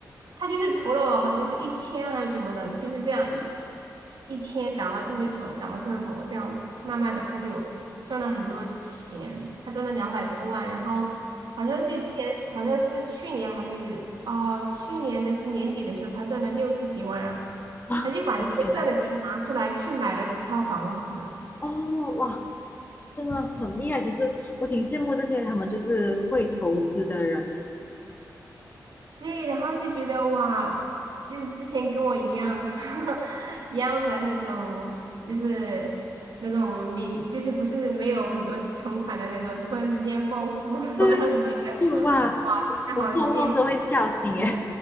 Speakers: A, on the right; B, on the left.
A: 他就是投了好像是一千还是怎么的，就是这样一一千涨了之后投，涨了之后投，这样子慢慢的他就赚了很多钱，他赚了两百多万，然后好像就今年好像是去年还是啊、去年的是年底的时候，他赚了六十几万啊，
B: 哇，
A: 他就把那个赚的钱拿出来去买了几套房子。
B: 我的天哪，哦，哇，真的很厉害。其实我挺羡慕这些他们就是会投资的人，
A: 对，然后就觉得哇，就是之前跟我一样 <laughs> 一样的那种，就是那种零，就是不是没有很多存款的那种，突然之间暴富，<laughs>
B: 对，
A: 然后就觉得
B: 就哇，
A: 哇，真的好羡慕。
B: 我做梦都会笑醒耶。